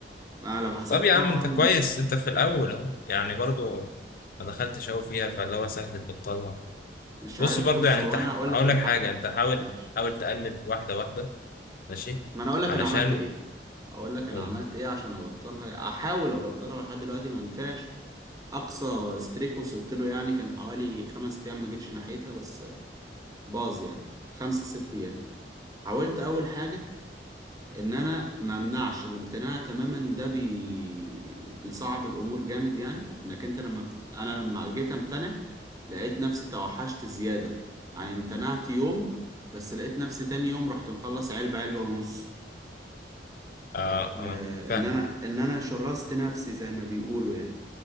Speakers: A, on the right; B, on the left.
A: أنا لو حسبت
B: طب يا
A: طبعا
B: عم انت كويس انت في الاول اهو يعني برضو ما دخلتش قوي فيها فاللي هو سهل تبطلها
A: مش
B: بص
A: عارف
B: برضو
A: بص
B: يعني
A: هو
B: انت ح-
A: انا هقول
B: هقول
A: لك الحق
B: لك حاجه انت حاول
A: ماشي
B: حاول تقلل واحده واحده ماشي
A: ما انا اقول لك
B: علشان
A: انا عملت ايه اقول لك انا
B: اه
A: عملت ايه عشان ابطلها احاول ابطلها لحد دلوقتي ما نفعش اقصى استريك وصلت له يعني كان حوالي خمس ايام ما جيتش ناحيتها بس باظ يعني خمسة ست أيام حاولت أول حاجة إن أنا ما أمنعش الامتناع تماما ده بي... بيصعب الأمور جامد يعني إنك أنت لما بت... أنا لما جيت أمتنع لقيت نفسي توحشت زيادة يعني امتنعت يوم بس لقيت نفسي تاني يوم رحت مخلص علبة علبة ونص
B: اه
A: آه
B: فاهمك
A: إن أنا إن أنا شرست نفسي زي ما بيقولوا يعني